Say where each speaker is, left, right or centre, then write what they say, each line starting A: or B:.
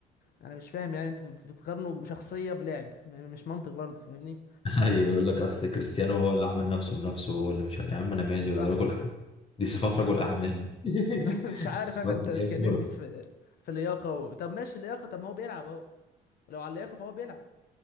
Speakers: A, on the left (about 65°); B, on the left (about 35°).
A: انا مش فاهم يعني انتوا بتقارنوا بشخصيه بلعب م- مش منطق برضه فاهمني
B: <laughs> ايوه يقول لك اصل كريستيانو هو اللي عمل نفسه بنفسه هو اللي مش ع- يا عم انا مالي وده
A: صح
B: رجل اعمال دي صفات
A: انا
B: رجل
A: م-
B: اعمال <laughs>
A: <laughs> مش عارف
B: صفات
A: انا انت
B: لعيب
A: تكلمني
B: كورة
A: في في لياقه و... طب ماشي لياقه طب ما هو بيلعب اهو لو على اللياقه فهو بيلعب